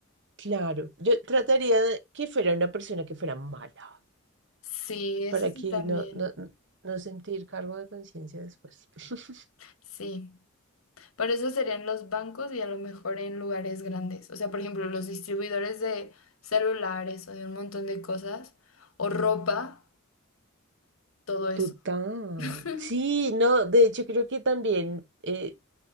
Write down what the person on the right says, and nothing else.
Claro, yo trataría de que fuera una persona que fuera mala.
para
que
no, no, no no sentir cargo de conciencia después. <laughs>
Total.
Sí, no, de hecho creo que también eh,